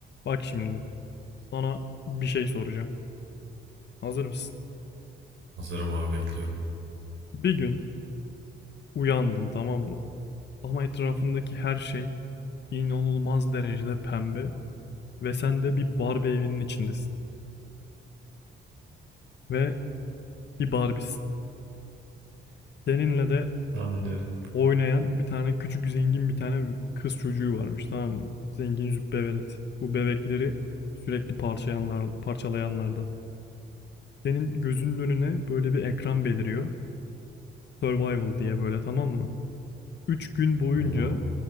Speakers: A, on the left; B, on the right.
A: Bak şimdi sana bir şey soracağım. Hazır mısın?
B: Hazırım abi bekliyorum.
A: Bir gün uyandın tamam mı? Ama etrafındaki her şey inanılmaz derecede pembe ve sen de bir Barbie evinin içindesin ve bir Barbie'sin. Seninle de
B: Tamam diyorum.
A: oynayan bir tane küçük zengin bir tane kız çocuğu varmış tamam mı? Zengin züppe velet. Bu bebekleri sürekli parçayanlar, parçalayanlardan. Senin gözünün önüne böyle bir ekran beliriyor. Survival diye böyle tamam mı? 3 gün boyunca
B: Tamam abi.